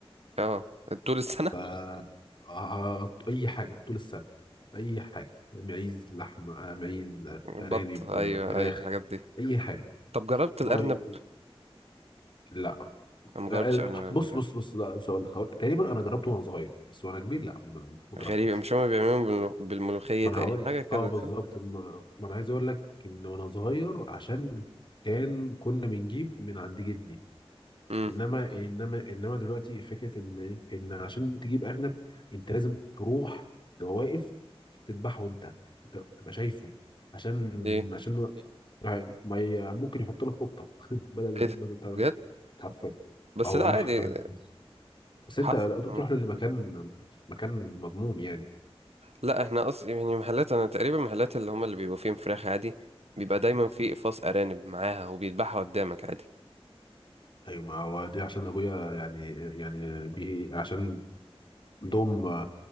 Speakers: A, on the right; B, on the left.
A: اه طول السنة
B: ف طول السنة آه، اي حاجه طول السنه اي حاجه معيز لحم آه، معيز آه،
A: بط
B: ارانب
A: ايوه
B: آه، فراخ
A: ايوه الحاجات دي
B: أيوة اي جامد حاجه
A: طب جربت
B: ما
A: الارنب
B: هو يعني- لا
A: أنا ما
B: آه،
A: جربتش
B: لا
A: ارنب
B: بص
A: قبل كده
B: بص بص لا مش هقول لك هقول- تقريبا انا جربته وانا صغير بس وانا كبير لا ما ما جربتوش
A: غريب مش هما بيعملوهم بالملو- بالملوخية
B: ما
A: تقريبا
B: انا هقول
A: حاجة
B: لك زي
A: كده
B: اه زي بالظبط
A: صح
B: ما ما انا عايز اقول لك ان وانا صغير عشان كان كنا بنجيب من عند جدي
A: امم
B: انما مم. انما انما دلوقتي فكره ان ان عشان تجيب ارنب انت لازم تروح تبقى واقف تذبحه انت أنت تبقى شايفه عشان
A: ليه
B: عشان يعني ما ي- ممكن يحط لك قطه <laughs> بدل
A: ايه
B: بدل
A: ده
B: بتاع ده.
A: بجد
B: إت- إت- حرفيا
A: بس
B: اه والله
A: لا عادي
B: حرفيا بس
A: حصل
B: انت بتروح لمكان مكان مضمون يعني
A: لا احنا قصدي يعني محلات انا تقريبا محلات اللي هم اللي بيبقوا فيهم فراخ عادي بيبقى دايما في اقفاص ارانب معاها وبيذبحها قدامك عادي
B: ايوه ما هو دي عشان ابويا يعني يعني به عشان عندهم